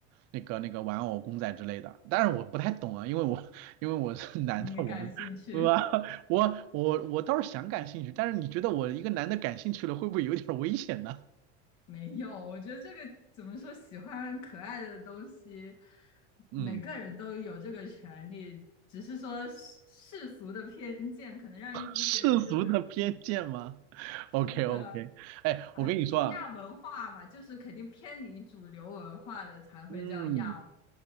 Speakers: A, on the right (about 45°); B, on the left (about 55°).
A: 那个那个玩偶、公仔之类的。当然我不太懂啊，因为我 <laughs> 因为我是男的，
B: 你没感兴趣？
A: 我们我
B: <laughs>
A: <laughs> 我我我倒是想感兴趣，但是你觉得我一个男的感兴趣了，会不会有点危险呢？
B: 没有，我觉得这个怎么说，喜欢可爱的东西，
A: 嗯，
B: 每个人都有这个权利，只是说世世俗的偏见可能让一一些人就是
A: 世俗的偏见吗
B: 是的，
A: ？OK OK，<laughs> 哎，
B: 啊，
A: 我跟你说啊。
B: 毕竟亚文化嘛，就是肯定偏离主流文化的才会叫亚文。
A: 嗯